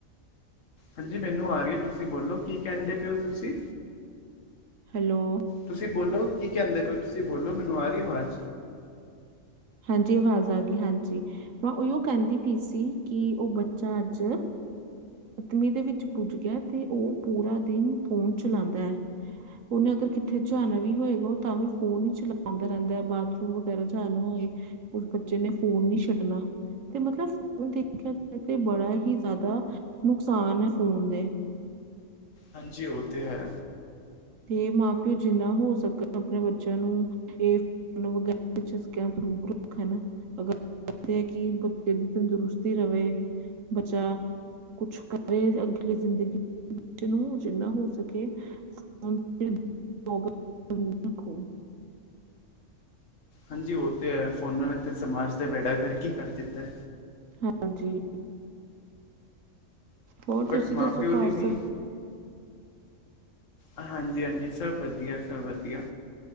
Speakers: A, on the left; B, on the right.
A: ਹਾਂਜੀ ਮੇਨੂੰ ਆਰੀ ਏ ਤੁਸੀ ਬੋਲੋ ਕੀ ਕੈਂਦੇ ਪੇ ਓ ਤੁਸੀ
B: ਹੈਲੋ,
A: ਤੁਸੀ ਬੋਲੋ ਕੀ ਕੈਂਦੇ ਪੇਓ ਤੁਸੀ ਬੋਲੋ ਮੈਨੂੰ ਆਰੀ ਏ ਵਾਜ।
B: ਹਾਂਜੀ ਆਵਾਜ਼ ਆਗੀ ਹਾਂਜੀ। ਮੈਂ ਓਈਓ ਕੈਂਦੀ ਪਈ ਸੀ ਕਿ ਓ ਬੱਚਾ ਆੱਜ ਤਮੀ ਦੇ ਵਿੱਚ ਪੁੱਜ ਗਿਐ ਤੇ ਓ ਪੂਰਾ ਦਿਨ ਫੋਨ ਚਲਾਂਦੈ। ਓਨੇ ਅਗਰ ਕਿੱਥੇ ਜਾਨਾ ਵੀ ਹੋਏਗਾ ਓ ਤਾ ਵੀ ਫੋਨ ਈ ਚਲੋਂਦਾ ਰੈਂਦਾ ਬਾਥਰੂਮ ਵਗੈਰਾ ਜਾਨਾ ਹੋਏ। ਉਸ ਬੱਚੇ ਨੇ ਫੋਨ ਨੀ ਛੱਡਨਾ। ਤੇ ਮਤਲਬ ਹੁੰ ਦੇਖਿਆ ਏ ਤੇ ਬੜਾ ਹੀ ਜ਼ਾਦਾ ਨੁਕਸਾਨ ਐ ਫੋਨ ਦੇ।
A: ਹਾਂਜੀ ਓ ਤੇ ਹੈ।
B: ਤੇ ਮਾਂ-ਪਓ ਜਿੰਨਾ ਹੋ ਸਕਨ ਆਪਨੇ ਬੱਚੇਆਂ ਨੂੰ ਏ <unintelligible> ਏਥੇ ਕਿ ਬੱਚੇ ਦੀ ਤੰਦਰੁਸਤੀ ਰਵੇ ਬੱਚਾ ਕੁਛ ਕਰੇ ਅਗਲੀ ਜ਼ਿੰਦਗੀ ਨੂੰ, ਜਿੰਨਾ ਹੋ ਸਕੇ। <unintelligible> ਰੱਖੋ।
A: ਹਾਂਜੀ, ਓਹ ਤੇ ਹੈ ਫੋਨਾਂ ਨੇ ਸਮਾਜ ਦਾ ਬੇੜਾ ਗਰਕ ਈ ਕਰ ਦਿੱਤਾ।
B: ਹਾਂਜੀ, ਹੋਰ
A: ਬਟ
B: ਤੁਸੀਂ ਦੱਸੋ
A: ਮਾਪਿਓ
B: ਘਰ
A: ਦੀ ਵੀ
B: ਸਬ?
A: ਅ ਹਾਂਜੀ ਹਾਂਜੀ, ਸਭ ਵਧੀਆ ਸਭ ਵਧੀਆ।